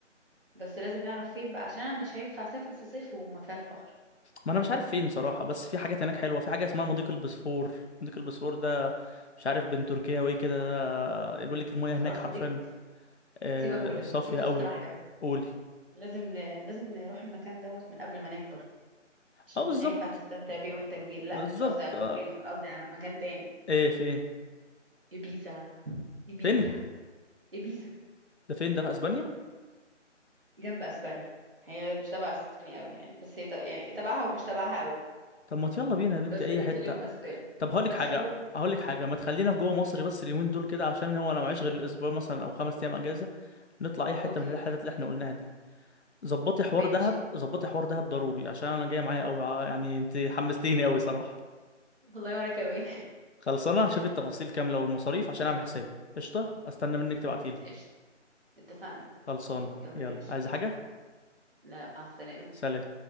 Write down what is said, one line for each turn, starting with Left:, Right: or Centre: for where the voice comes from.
Right: بس لازم نعرف فين بقى عشان انا مش هينفع اسافر في صيف وما فيهاش بحر
Left: ما انا مش عارف فين صراحه بس في حاجات هناك حلوه في حاجه اسمها مضيق البسفور مضيق البسفور ده مش عارف بين تركيا وايه كده ده بيقول لك المياه
Right: خلاص
Left: هناك حرفيا
Right: هديك
Left: آه،
Right: سيبك كل
Left: صافيه
Right: ده هديك اقتراح
Left: قوي
Right: حلو
Left: قولي
Right: لازم ن... لازم نروح المكان دوت من قبل ما نكبر عشان
Left: اه بالظبط
Right: مش هينفع تستمتع
Left: آه،
Right: بيه وانت كبير
Left: بالظبط
Right: لا مش قصدي على
Left: آه،
Right: تركيا انا قصدي على مكان تاني
Left: ايه فين
Right: ابيزا ابيتا
Left: فين
Right: ابيزا
Left: ده فين ده في اسبانيا
Right: جنب اسبانيا هي مش تبع اسبانيا قوي يعني بس هي تب... يعني تبعها ومش تبعها قوي
Left: طب ما يلا بينا يا بنتي
Right: بس
Left: اي
Right: بيتكلموا
Left: حته
Right: اسباني
Left: طب هقول
Right: بس
Left: لك حاجه
Right: هو
Left: هقول لك حاجه ما تخلينا في جوه مصر بس اليومين دول كده عشان هو انا معيش غير اسبوع مثلا او خمس ايام اجازه نطلع اي حته
Right: اوكي
Left: من الحتت اللي احنا قلناها دي ظبطي حوار
Right: ماشي
Left: دهب ظبطي حوار دهب ضروري عشان انا جاي معايا قوي يعني انت حمستيني قوي صراحه
Right: والله وانا كمان
Left: خلصانه شوفي التفاصيل كامله والمصاريف عشان اعمل حسابي قشطه استنى منك تبعتيلي
Right: <laughs> قشطة اتفقنا
Left: خلصانه
Right: يلا
Left: يلا
Right: يا باشا
Left: عايزه حاجه
Right: لا مع السلامة
Left: سلام